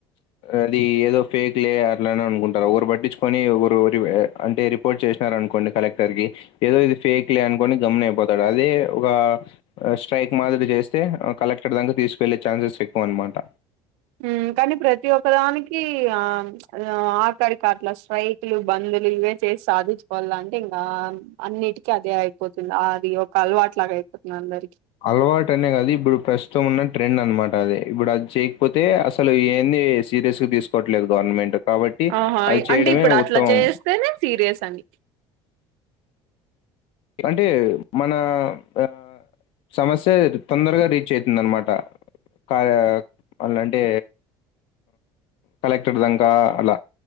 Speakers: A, on the left; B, on the right.
A: అది ఏదో ఫేక్ లే అట్లనే అనుకుంటారు. ఒకరు పట్టించుకొనిరు అంటే రిపోర్ట్ చేసినార అనుకోండి కలెక్టర్ కి ఏదో ఇది ఫేక్ లే అనుకోం గమ్మున్నయ్పోతాడు అది ఒక స్ట్రైక్ మాదిరి చేస్తే కలెక్టర్ దంకా తీసుకెళ్లి చాన్సస్ ఎక్కువన్న మాట
B: హ కాని ప్రతి ఒక్కదానికి ఆ ఆకడి కాట్లా స్ట్రైక్లు బందలు ఇవే చే సి సాధించుకోవాల అంటే ఇంకా అన్నిటికీ అదే అయిపోతుంది. అది ఒక అలవాట్లాగా అయిపోతుంది అందరికీ
A: అలవాటు అనే కాదు ఇప్పుడు ప్రస్తుతం ఉన్న ట్రెండ్ అనమాట అది ఇప్పుడు అది చేయకపోతే అసలు ఏ ది సిరియస్గా తీసు కోట్లేదు గవర్నమెంట్ కాబట్టి
B: ఆహా
A: అది చేయడమే
B: అంటే ఇప్పుడు అట్లా
A: ఉత్తమం.
B: చేస్తేనే సీరియస్ అని
A: అంటే మన ఆ సమస్య తొందరగా రీచ్ అయితుంది అనమాట. కార్య అళ్ళ అంటే కలెక్టర్ దాంకా అలా